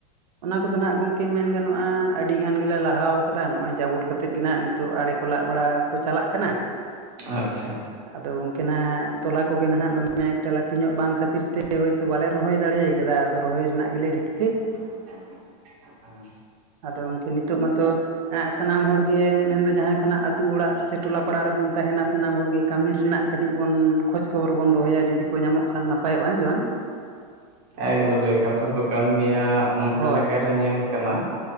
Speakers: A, on the right; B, on the right.
A: ᱚᱱᱟ ᱠᱚᱫᱚ ᱦᱟᱸᱜ ᱜᱚᱢᱠᱮ ᱢᱮᱱ ᱜᱟᱱᱚᱜᱼᱟ ᱟᱹᱰᱤ ᱜᱟᱱ ᱜᱮᱞᱮ ᱞᱟᱦᱟᱣ ᱠᱟᱫᱟ ᱱᱚᱜᱼᱚᱭ ᱡᱟᱵᱚᱰ ᱠᱟ ᱠᱟᱛᱮᱫ ᱜᱮ ᱱᱟᱦᱟᱸᱜ ᱱᱤᱛᱚᱜ ᱟᱲᱮ ᱠᱚ ᱠᱚᱞᱟᱜ ᱵᱟᱲᱟ ᱠᱚ ᱪᱟᱞᱟᱜ ᱠᱟᱱᱟ᱾
B: ᱟᱪᱪᱷᱟ
A: ᱟᱫᱚ ᱜᱚᱢᱠᱮ ᱱᱟᱜ ᱛᱚᱞᱟ ᱠᱚᱜᱮ ᱱᱟᱜ ᱫᱚᱢᱮ ᱮᱠᱴᱟ ᱞᱟᱹᱴᱩ ᱧᱚᱜ ᱵᱟᱝ ᱠᱷᱟᱹᱛᱤᱨ ᱛᱮ ᱦᱚᱭᱛᱚ ᱵᱟᱞᱮ ᱨᱚᱦᱚᱭ ᱫᱟᱲᱮᱭᱟ ᱠᱟᱫᱟ ᱟᱫᱚ ᱨᱚᱦᱚᱭ ᱨᱮᱱᱟᱜ ᱜᱮᱞᱮ ᱨᱤᱠᱟᱹ
B: ᱸ <inaudible>
A: ᱟᱫᱚ ᱜᱚᱝᱠᱮ ᱱᱤᱛᱚᱜ ᱢᱟᱛᱚ ᱥᱟᱱᱟᱢ ᱦᱚᱲᱜᱮ ᱢᱮᱱᱫᱚ ᱡᱟᱦᱟᱸᱭ ᱠᱷᱚᱱᱟᱜ ᱟᱹᱛᱩ ᱚᱲᱟᱜ ᱥᱮ ᱴᱚᱞᱟ ᱯᱟᱲᱟ ᱨᱮᱵᱚᱱ ᱛᱟᱦᱮᱱᱟ ᱥᱟᱱᱟᱢ ᱦᱚᱲᱜᱮ ᱠᱟᱹᱢᱤ ᱨᱮᱱᱟᱜ ᱠᱟᱹᱴᱤᱡ ᱵᱚᱱ ᱠᱷᱚᱡᱽ ᱠᱷᱚᱵᱚᱨ ᱵᱚᱱ ᱫᱚᱦᱚᱭᱟ ᱡᱩᱫᱤ ᱠᱚ ᱧᱟᱢᱚᱜ ᱠᱷᱟᱱ ᱱᱟᱯᱟᱭᱚᱜᱼᱟ ᱦᱮᱸ ᱥᱮ ᱵᱟᱝ
B: ᱮᱠᱵᱟᱨᱮ ᱠᱟᱛᱷᱟ ᱫᱚ ᱠᱟᱱ ᱜᱮᱭᱟ ᱚᱱᱠᱟ
A: ᱦᱳᱭ
B: ᱞᱮᱠᱟ ᱨᱮ ᱧᱮᱞ ᱠᱟᱱᱟ